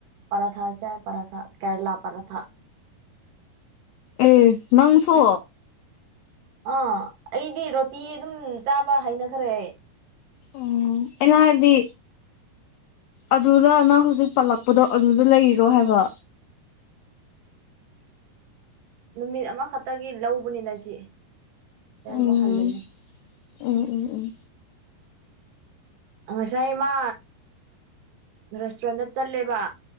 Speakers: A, on the right (about 75°); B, on the left (about 85°).
A: ꯄꯔꯥꯊꯥ ꯆꯥꯏ ꯄꯔꯥꯊꯥ ꯀꯦꯔꯂꯥ ꯄꯔꯊꯥ
B: ꯑꯦ ꯅꯪꯁꯨ
A: ꯑꯥ ꯑꯩꯗꯤ ꯔꯣꯇꯤ ꯑꯗꯨꯝ ꯆꯥꯕ ꯍꯥꯏꯅꯈ꯭ꯔꯦ
B: ꯑꯣ ꯑꯦꯅꯔꯗꯤ ꯑꯗꯨꯅ ꯅꯪ ꯍꯧꯖꯤꯛ ꯄꯥꯜꯂꯛꯄꯗꯣ ꯑꯗꯨꯗ ꯂꯩꯔꯣ ꯍꯥꯏꯕ
A: ꯅꯨꯃꯤꯠ ꯑꯃꯈꯛꯇꯒꯤ ꯂꯧꯕꯅꯤꯅ ꯁꯤ
B: ꯎꯝ
A: ꯃꯣ ꯍꯥꯜꯂꯅꯦ
B: ꯎꯝ ꯎꯝ ꯎꯝ
A: ꯉꯁꯥꯏ ꯃꯥ ꯔꯦꯁꯇꯨꯔꯦꯟꯗ ꯆꯠꯂꯦꯕ